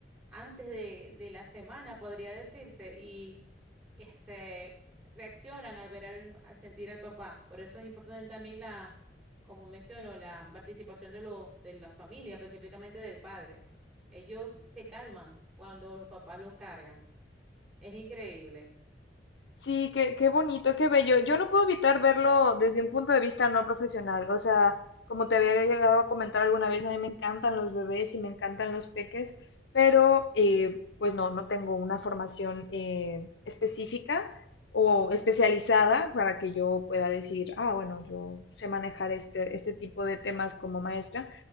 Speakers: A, in the centre; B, on the left.
A: antes de, de la semana, podría decirse, y este, reaccionan al ver al, al sentir al papá. Por eso es importante también la, como menciono, la participación de, lo, de la familia, específicamente del padre. Ellos se calman cuando los papás los cargan. Es increíble.
B: Sí, qué, qué bonito, qué bello. Yo no puedo evitar verlo desde un punto de vista no profesional. O sea, como te había llegado a comentar alguna vez, a mí me encantan los bebés y me encantan los peques, pero eh, pues no, no tengo una formación eh, específica o especializada para que yo pueda decir, ah, bueno, yo sé manejar este, este tipo de temas como maestra.